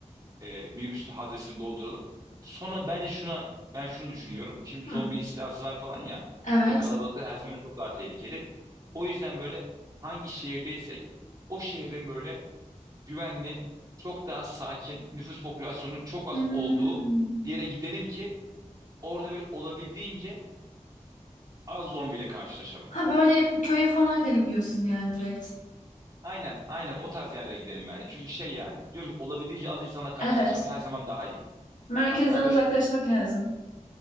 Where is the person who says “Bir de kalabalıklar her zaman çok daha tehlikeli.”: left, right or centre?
Right